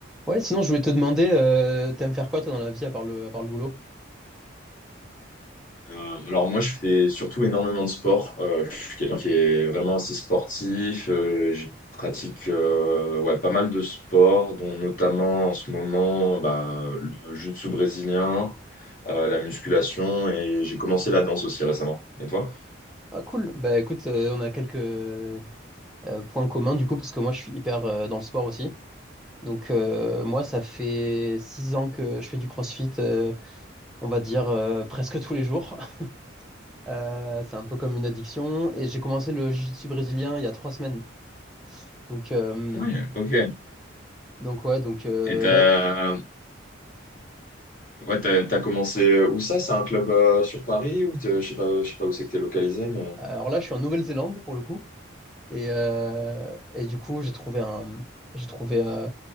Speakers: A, in the centre; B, on the left (about 45°).
A: Ouais, sinon je voulais te demander, euh, t'aimes faire quoi toi dans la vie à part le, à part le boulot?
B: Euh, Alors moi, je fais surtout énormément de sport. Euh, je suis quelqu'un qui est vraiment assez sportif. Euh, je pratique euh, ouais, pas mal de sports, dont notamment en ce moment bah, le jiu-jitsu brésilien, euh, la musculation, et j'ai commencé la danse aussi récemment. Et toi?
A: Ah cool. Bah écoute, euh, on a quelques euh, points communs du coup parce que moi je suis hyper euh, dans le sport aussi. Donc euh, moi ça fait six ans que je fais du CrossFit, euh, on va dire euh, presque tous les jours. <laughs> Euh, c'est un peu comme une addiction et j'ai commencé le jiu-jitsu brésilien il y a trois semaines. Donc euh,
B: Oui, ok.
A: Donc ouais, donc euh,
B: Et t'as
A: là,
B: ouais, t'as, t'as commencé où ça? C'est un club euh, sur Paris ou t'es- je sais pas, je sais pas où c'est que t'es localisé, mais...
A: alors là, je suis en Nouvelle-Zélande pour le coup, et, euh, et du coup, j'ai trouvé un, j'ai trouvé euh,